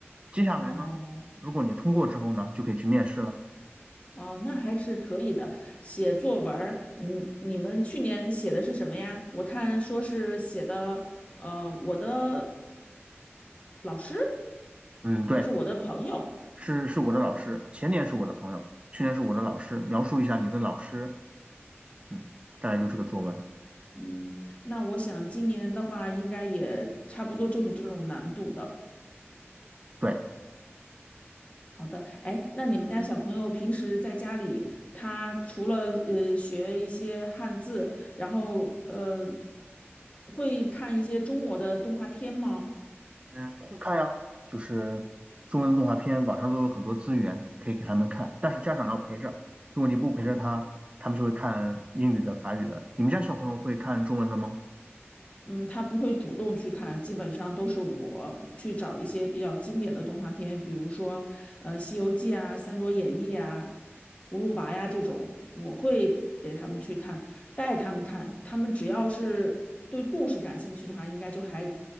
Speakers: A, on the right; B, on the left.
A: 接下来呢，
B: 哦。
A: 如果你通过之后呢，就可以去面试了。
B: 哦，那还是可以的。写作文儿，你你们去年写的是什么呀？我看说是写的，呃，我的老师
A: 嗯，对，
B: 还是我的朋友。
A: 是是我的老师，前年是我的朋友，去年是我的老师，描述一下你的老师，嗯，大概就这个作文。
B: 嗯，那我想今年的话，应该也差不多就是这种难度的。
A: 对，
B: 好的，哎，那你们家小朋友平时在家里，他除了呃学一些汉字，然后呃会看一些中国的动画片吗？
A: 嗯，会看呀，就是中文的动画片，网上都有很多资源可以给他们看，但是家长要陪着，如果你不陪着他，他们就会看英语的、法语的。你们家小朋友会看中文的吗？
B: 嗯，他不会主动去看，基本上都是我去找一些比较经典的动画片，比如说呃《西游记》啊、《三国演义》啊、《葫芦娃》呀这种，我会给他们去看，带他们看，他们只要是对故事感兴趣的话，应该就还